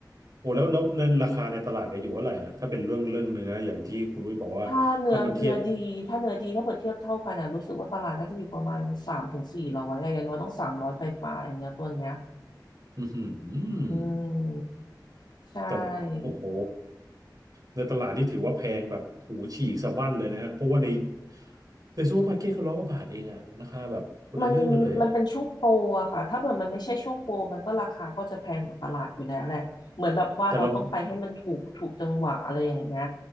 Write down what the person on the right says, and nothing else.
โอ้แล้วแล้วแล้วราคาในตลาดแกอยู่เท่าไหร่ฮะถ้าเป็นเรื่องเรื่องเนื้ออย่างที่คุณรุ้ยบอกว่าถ้ามันเทียบ
อือหื
อ
แต่โอ้โหในตลาดนี่ถือว่าแพงแบบหูฉีกสะบั้นเลยนะฮะเพราะว่าในในซูเปอร์มาร์เก็ตเขาร้อยกว่าบาทเองอะราคาแบบคนละเรื่องกันเลยอะ
แต่เรา